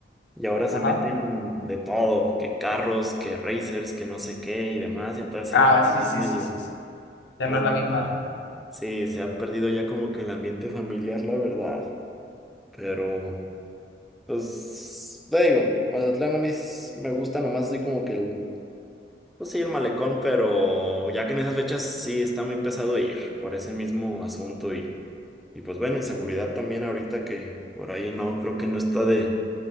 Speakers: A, in the centre; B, on the left (about 80°).
A: Y ahora se
B: Ajá.
A: meten de todo, que carros, que racers, que no sé qué y demás. Y entonces sí
B: Ah,
A: lo han hecho
B: sí,
A: ya
B: sí,
A: medio.
B: sí, sí. sí. Ya
A: No,
B: no es la misma.
A: no. Sí, se ha perdido ya como que el ambiente familiar, la verdad. Pero, pues, te digo, Mazatlán a mí s- me gusta nomás así como que el, pues sí, el malecón, pero ya que en esas fechas sí está muy pesado ir por ese mismo asunto y, y pues bueno, inseguridad también ahorita que por ahí no, creo que no está de,